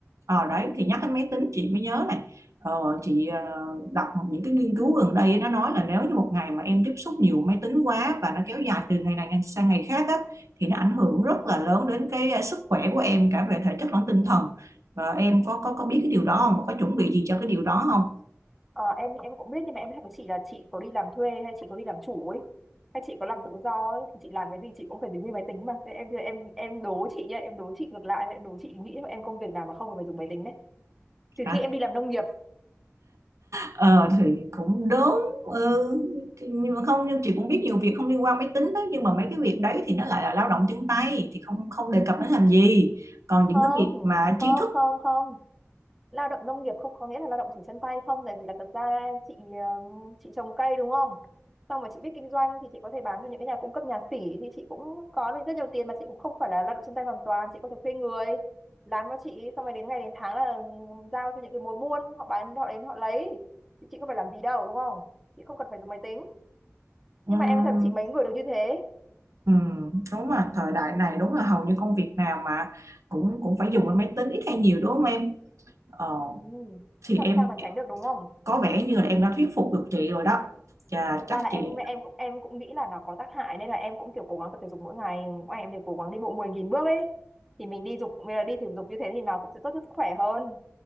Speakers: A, on the right; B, in the centre.
A: Ờ đấy thì nhắc đến máy tính chị mới nhớ này ờ, chị ờ, đọc những cái nghiên cứu gần đây nó nói là nếu như một ngày mà em tiếp xúc nhiều máy tính quá và nó kéo dài từ ngày này sang ngày khác á, thì nó ảnh hưởng rất là lớn đến cái ờ, sức khỏe của em cả về thể chất lẫn tinh thần Ờ, em
B: Ừ.
A: có có có biết cái điều đó không có chuẩn bị gì cho cái điều đó không
B: Ờ, em thì em cũng biết nhưng mà em hỏi chị là chị có đi làm thuê hay chị có đi làm chủ ấy hay chị có làm tự do ấy thì chị làm cái gì chị cũng phải dùng như máy tính mà thế em em em đố chị nhá em đố chị ngược lại em đố chị nghĩ em công việc nào mà không cần phải dùng máy tính đấy trừ
A: hả
B: khi em đi làm nông nghiệp
A: ờ thì cũng đúng ừ. thì- nhưng mà không nhưng chị cũng biết nhiều việc không liên quan máy tính đó nhưng mà mấy cái việc đấy thì nó lại là lao động chân tay thì không không đề cập đến làm gì còn những
B: không
A: cái việc mà trí
B: không
A: thức
B: không không lao động nông nghiệp không có nghĩa là lao động chỉ chân tay không tại vì là thật ra chị um, chị trồng cây đúng không xong rồi chị biết kinh doanh thì chị có thể bán cho những cái nhà cung cấp nhà xỉ thì chị cũng có được rất nhiều tiền mà chị cũng không phải là lao động chân tay hoàn toàn chị có thể thuê người làm cho chị xong rồi đến ngày đến tháng là giao cho những cái mối buôn họ bán họ đến họ lấy thì chị không phải làm gì đâu đúng không chị không cần phải dùng máy tính
A: Ừ,
B: nhưng mà em nói thật với chị mấy người được như thế
A: ừ, đúng là thời đại này đúng là hầu như công việc nào mà cũng cũng phải dùng đến máy tính ít hay nhiều đúng không em? Ờ,
B: ừ.
A: thì
B: chứ làm
A: em
B: sao mà tránh được đúng không
A: có vẻ như là em đã thuyết phục được chị rồi đó. Chà,
B: thật
A: chắc
B: ra là
A: chị
B: em em cũng em cũng nghĩ là nó có tác hại nên là em cũng kiểu cố gắng tập thể dục mỗi ngày ngoài em đều cố gắng đi bộ 10.000 bước ấy thì mình đi dục mình là đi thể dục như thế thì nó cũng sẽ tốt cho sức khỏe hơn